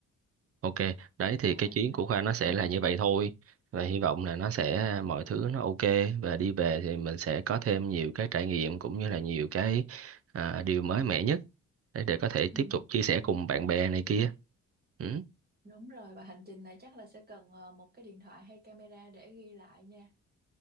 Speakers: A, on the right; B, on the right.
A: Ok, đấy thì
B: là
A: cái chuyến
B: là
A: của Khoa nó sẽ
B: ừ,
A: là như vậy thôi và hy vọng là nó sẽ mọi thứ nó ok và đi về thì mình sẽ có thêm nhiều cái trải nghiệm cũng như là nhiều cái à, điều mới mẻ nhất để, để có thể
B: ừ.
A: tiếp tục chia sẻ cùng bạn bè này kia. Ừ,
B: Đúng rồi và hành trình này chắc là sẽ cần ờ, một cái điện thoại hay camera để ghi lại nha